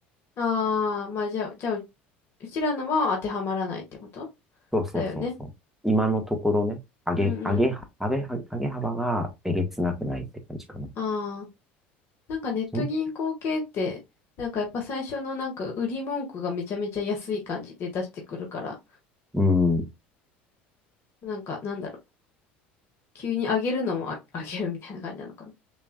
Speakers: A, on the left; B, in the centre.
A: ああ、まあじゃあ、じゃあ、ううちらのは当てはまらないってこと
B: そうそうそうそう。
A: だよね。
B: 今のところね、上げ、
A: うんうん。
B: 上げ、上げ、上げ幅がえげつなくないって感じかな。
A: ああ、なんかネット銀行系って、
B: その
A: なんかやっぱ最初のなんか売り文句がめちゃめちゃ安い感じで出してくるから、
B: うん。
A: なんかなんだろう、急に上げるのもあ、<laughs> 上げるみたいな感じなのかな。